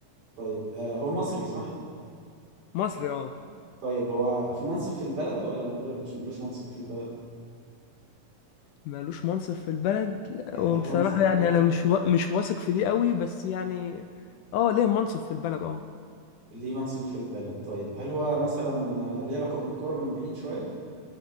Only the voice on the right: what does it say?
طيب آه... هو مصري صح
طيب هو في منصب في البلد ولا من غير مش ملوش منصب في البلد
يعني
هل هو مثلا
حد
ليه منصب في البلد طيب هل هو مثلا آه، ليه علاقة بالكرة من بعيد شوية